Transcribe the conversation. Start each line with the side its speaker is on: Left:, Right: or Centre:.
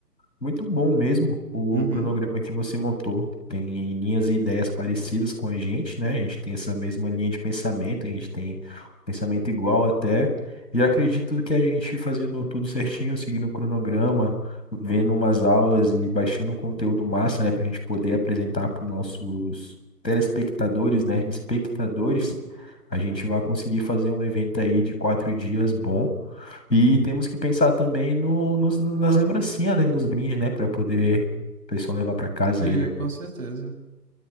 Left: Muito bom mesmo o
Right: Uhum.
Left: cronograma que você montou. Tem linhas e ideias parecidas com a gente, né? A gente tem essa mesma linha de pensamento, a gente tem um pensamento igual até. E acredito que a gente fazendo tudo certinho, seguindo o cronograma, vendo umas aulas e baixando um conteúdo massa, né? Para a gente poder apresentar para os nossos telespectadores, né? Espectadores, a gente vai conseguir fazer um evento aí de quatro dias bom. E temos que pensar também no, nos, nas lembrancinhas, né? Nos brindes, né? Para poder o pessoal levar para casa
Right: Sim,
Left: aí, né?
Right: com certeza.